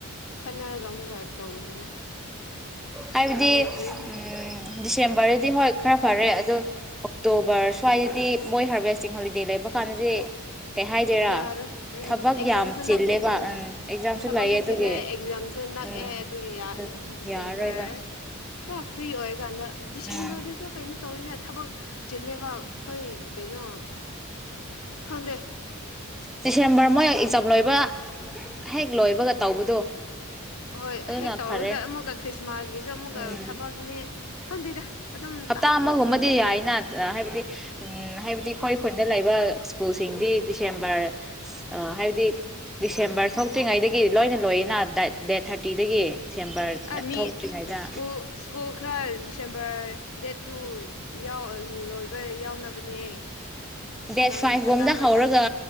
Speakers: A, on the left (about 75°); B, in the centre.
A: ꯈꯟꯅꯔꯒ ꯑꯃꯨꯛꯒ ꯇꯧꯕꯅꯤꯗ
B: ꯍꯥꯏꯕꯗꯤ
A: ꯂꯦꯞꯇ꯭ꯔꯤ
B: ꯎꯝ ꯗꯤꯁꯦꯝꯕꯔꯗꯗꯤ ꯍꯣꯏ ꯈꯔ ꯐꯔꯦ ꯑꯗꯣ ꯑꯣꯛꯇꯣꯕꯔ ꯁ꯭ꯋꯥꯏꯗꯗꯤ ꯃꯣꯏ ꯍꯥꯔꯚꯦꯁꯇꯤꯡ ꯍꯣꯂꯤꯗꯦ ꯂꯩꯕ ꯀꯥꯟꯗꯗꯤ ꯀꯩ ꯍꯥꯏꯗꯣꯏꯔꯥ
A: ꯌꯥꯔ ꯎꯝ
B: ꯊꯕꯛ
A: ꯑꯦꯛꯖꯥꯝꯁꯨ
B: ꯌꯥꯝ ꯆꯤꯜꯂꯦꯕ
A: ꯅꯛꯄ ꯎꯝ
B: ꯑꯦꯛꯖꯥꯝꯁꯨ
A: ꯊꯕꯛꯁꯨ
B: ꯂꯩꯌꯦ ꯑꯗꯨꯒꯤ
A: ꯆꯤꯜꯂꯦ ꯑꯦꯛꯖꯝꯁ ꯑꯗꯨ ꯅꯛꯑꯦ
B: ꯎꯝ
A: ꯑꯗꯨꯒꯤ ꯌꯥꯔꯣꯏ
B: ꯑꯗꯨ
A: ꯗꯤꯁꯦꯝꯕꯔ
B: ꯌꯥꯔꯔꯣꯏꯕ
A: ꯄꯨꯔꯥ ꯐ꯭ꯔꯤ ꯑꯣꯏꯀꯥꯟꯗ ꯗꯤꯁꯦꯝꯕꯔꯗꯨ
B: ꯎꯝ
A: ꯁꯤꯁꯨ ꯀꯩꯅꯣ ꯇꯧꯋꯤꯅꯦ ꯊꯕꯛ ꯆꯤꯜꯂꯦꯕ ꯑꯩꯈꯣꯏ ꯀꯩꯅꯣ ꯈꯪꯗꯦ
B: ꯗꯤꯁꯦꯝꯕꯔ ꯃꯣꯏ ꯑꯦꯛꯖꯥꯝ ꯂꯣꯏꯕ ꯍꯦꯛ ꯂꯣꯏꯕꯒ ꯇꯧꯕꯗꯣ
A: ꯍꯣꯏ
B: ꯑꯗꯨꯅ
A: ꯍꯦꯛ ꯇꯧꯔꯒꯁꯨ
B: ꯐꯔꯦ
A: ꯑꯃꯨꯛꯀ ꯈ꯭ꯔꯤꯁꯃꯥꯁꯀꯤꯁꯨ ꯑꯃꯨꯛꯀ
B: ꯎꯝ
A: ꯊꯕꯛꯅꯦ ꯈꯪꯗꯦꯗ ꯑꯗꯨꯝ
B: ꯍꯞꯇꯥ
A: ꯇꯥꯏꯠ
B: ꯑꯃꯒꯨꯝꯕꯗꯤ
A: ꯇꯧꯕꯅꯦ ꯗꯤꯁꯦꯝꯕꯔ
B: ꯌꯥꯏꯅ ꯍꯥꯏꯕꯗꯤ ꯎꯝ ꯍꯥꯏꯕꯗꯤ ꯑꯩꯈꯣꯏ ꯈꯨꯟꯗ ꯂꯩꯕ ꯁ꯭ꯀꯨꯜꯁꯤꯡꯗꯤ ꯗꯤꯁꯦꯝꯕꯔ ꯑ ꯍꯥꯏꯕꯗꯤ ꯗꯤꯁꯦꯝꯕꯔ
A: ꯎꯝ
B: ꯊꯣꯛꯇ꯭ꯔꯤꯉꯩꯗꯒꯤ ꯂꯣꯏꯅ ꯂꯣꯏꯌꯦꯅ ꯗꯥꯏꯠ ꯗꯦꯠ ꯊꯥꯔꯇꯤꯗꯒꯤ ꯗꯤꯁꯦꯝꯕꯔ
A: ꯑ ꯃꯤ
B: ꯊꯣꯛꯇ꯭ꯔꯤꯉꯩꯗ
A: ꯁ꯭ꯀꯨꯜ ꯁ꯭ꯀꯨꯜ ꯈꯔ ꯗꯤꯁꯦꯝꯕꯔ ꯗꯦꯠ ꯇꯨ ꯌꯥꯎ ꯂꯣꯏꯕ ꯌꯥꯎꯅꯕꯅꯦ
B: ꯗꯦꯠ
A: ꯑꯅꯝ
B: ꯐꯥꯏꯚ ꯒꯨꯝꯗ
A: ꯑꯅꯝꯕꯅ
B: ꯍꯧꯔꯒ